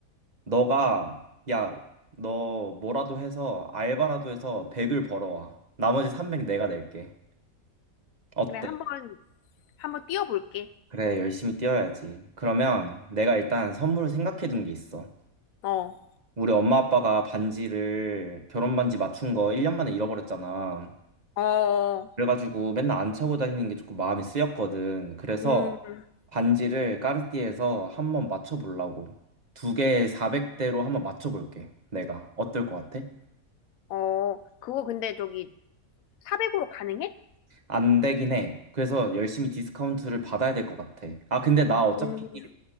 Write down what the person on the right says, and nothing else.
너가 야, 너 뭐라도 해서 알바라도 해서 100을 벌어와. 나머지 300 내가 낼게. 어때?
그래, 열심히 뛰어야지. 그러면 내가 일단 선물을 생각해 둔 게 있어.
우리 엄마 아빠가 반지를 결혼 반지 맞춘 거 1년 만에 잃어버렸잖아.
그래가지고 맨날 안 차고 다니는 게 조금 마음이 쓰였거든. 그래서
반지를 까르띠에서 한번 맞춰보려고. 두 개에 400대로 한번 맞춰볼게. 내가. 어떨 것 같아?
안 되긴 해. 그래서 열심히 디스카운트를 받아야 될 것 같아. 아, 근데 나 어차피